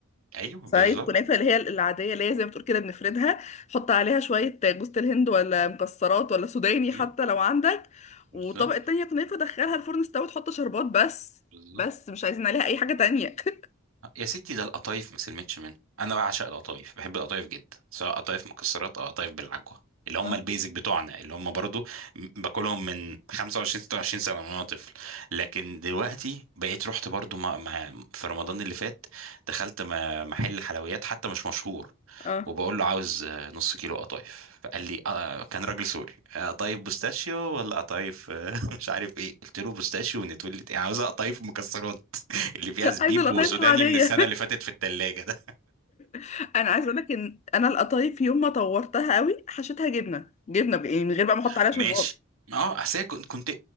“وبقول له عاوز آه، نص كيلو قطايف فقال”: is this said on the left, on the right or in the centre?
Right